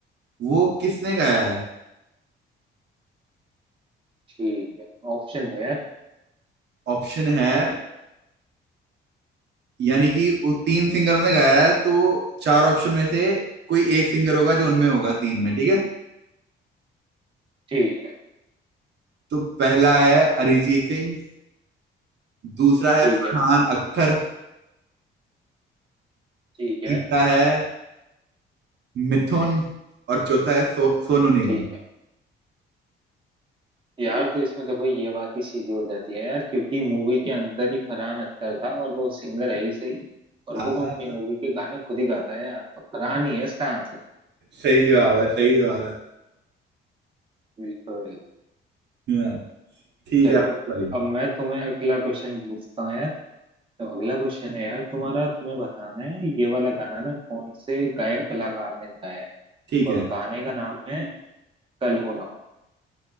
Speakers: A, on the right; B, on the right.
A: वो किसने गाया है
B: ठीक है ऑप्शन दो यार
A: ऑप्शन है यानी कि वो तीन सिंगर ने गाया है तो चार ऑप्शन में से कोई एक सिंगर होगा जो उनमें होगा तीन में ठीक है
B: ठीक है
A: तो पहला है अरिजीत सिंह दूसरा है
B: ठीक
A: फरहान
B: है
A: अख्तर
B: ठीक है
A: तीसरा है मिथुन और चौथा है सो, सोनू निगम
B: ठीक है यार तो इसमें देखो ये बात ही सीधी हो जाती है यार क्योंकि मूवी के अंदर ही फरहान अख्तर था और वो सिंगर है ही सही और
A: हाँ,
B: वो अपनी मूवी के गाने खुद ही गाता है यार तो फरहान ही है इसका आंसर
A: सही जवाब है सही जवाब है
B: बिल्कुल
A: हाँ, ठीक
B: चलो
A: है सॉरी
B: अब मैं तुम्हें अगला क्वेश्चन पूछता हूँ यार तो अगला क्वेश्चन है यार तुम्हारा तुम्हें बताना है ये वाला गाना ना कौन से गायक कलाकार ने गाया है
A: ठीक
B: और
A: है
B: गाने का नाम है कल हो ना हो